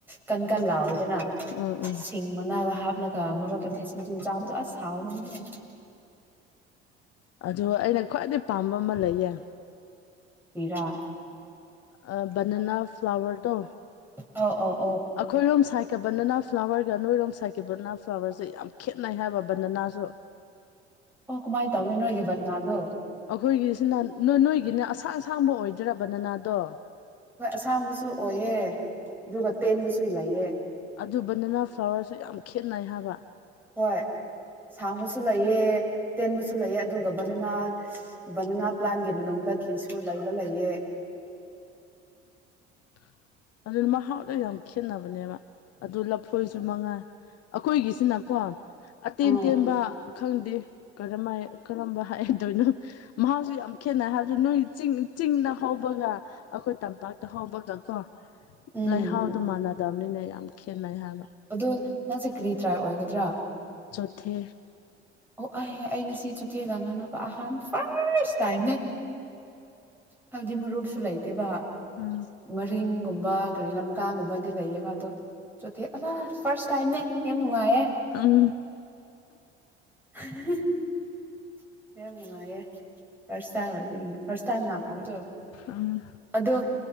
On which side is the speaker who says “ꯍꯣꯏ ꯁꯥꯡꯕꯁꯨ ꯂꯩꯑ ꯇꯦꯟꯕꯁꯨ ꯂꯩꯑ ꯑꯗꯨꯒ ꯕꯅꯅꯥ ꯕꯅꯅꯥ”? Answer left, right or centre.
Centre